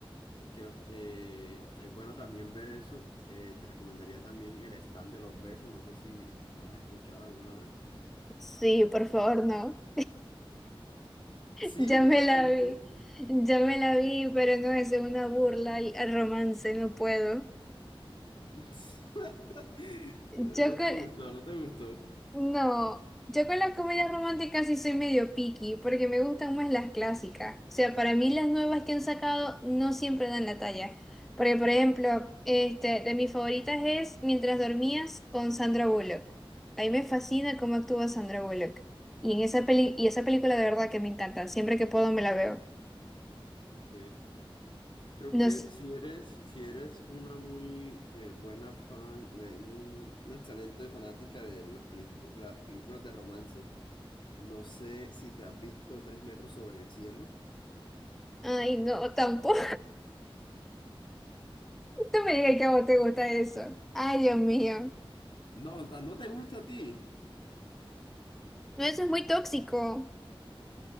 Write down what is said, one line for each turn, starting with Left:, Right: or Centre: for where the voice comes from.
Left: porque eh, es bueno también ver eso. Eh, te recomendaría también el stand de los besos, no sé si lo has escuchado alguna vez.
Centre: sí, por favor, no.
Left: Sí,
Centre: Ya
Left: ya
Centre: me
Left: te
Centre: la
Left: la viste.
Centre: vi, ya me la vi, pero no es una burla al al romance, no puedo.
Left: <laughs> Eh,
Centre: Yo
Left: No
Centre: con,
Left: te gustó, no te gustó.
Centre: no, yo con las comedias románticas sí soy medio picky, porque me gustan más las clásicas. O sea, para mí las nuevas que han sacado no siempre dan la talla. Porque, por ejemplo, este, de mis favoritas es Mientras dormías con Sandra Bullock. A mí me fascina cómo actúa Sandra Bullock. Y en esa peli, y esa película de verdad que me encanta. Siempre que puedo me la veo.
Left: Ok. Creo que
Centre: No sé-
Left: si eres, si eres una muy eh, buena fan, eh, un- una excelente fanática de las, pelícu- las películas de romance, no sé si te has visto Tres metros sobre el cielo.
Centre: Ay, no, tampoco. Tú me digas que a vos te gusta eso. Ay, Dios mío.
Left: No, o sea, no te gusta a ti,
Centre: No, eso es muy tóxico.